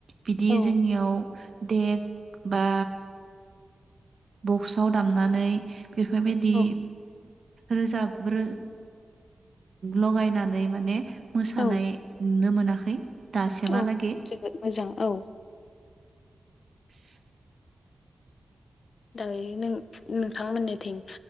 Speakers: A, on the right; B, on the left.
A: बिदि
B: औ
A: जोंनियाव देक बा बक्सआव दामनानै बेफोरबायदि
B: औ
A: रोजाबो लगायनानै माने मोसानाय
B: औ
A: नुनो मोनाखै दासिमहालागै
B: औ जोबोद मोजां औ
A: <unintelligible>
B: दायो नों नोंथांमोननिथिं